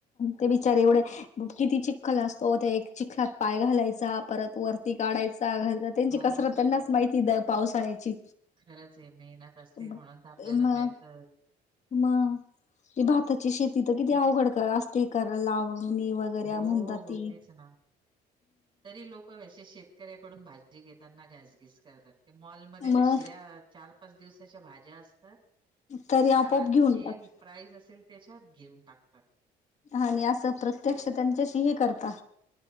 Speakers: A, on the left (about 45°); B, on the right (about 30°).
A: ते बिचार एवढ किती चिखल असतो त्या एक चिखलात पाय घालायचा परत वरती काढायचा घालत त्यांची
B: हो,
A: कसरत त्यांनाच माहिती द पावसाळ्याची.
B: खरंच आहे मेहनत असते
A: म
B: म्हणून तर आपल्याला मिळत.
A: म, ते भाताची शेती तर किती अवघड असते करायला लावणी वर्या
B: हो,
A: म्हणतात ती.
B: तेच ना. तरी लोकं शेतकऱ्याकडून भाजी घेताना घासगीस करतात ते मॉलमध्ये
A: मग
B: तर शिळ्या चार पाच दिवसाच्या भाज्या असतात
A: तरी
B: त्या
A: आपोआप घेऊन
B: जे
A: टाक
B: प्राईज असेल त्याच्यात घेऊन टाकतात.
A: आणि असं प्रत्यक्ष त्यांच्याशी हे करता